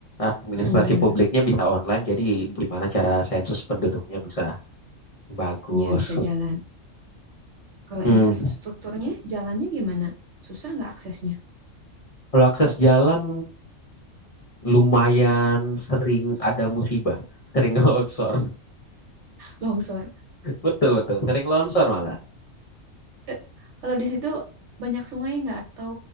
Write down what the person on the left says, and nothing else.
Administrasi
publiknya bisa online, jadi gimana cara sensus penduduknya bisa bagus.
Hmm.
Kalau akses jalan lumayan sering ada musibah, sering <laughs> longsor.
Betul betul, sering longsor malah.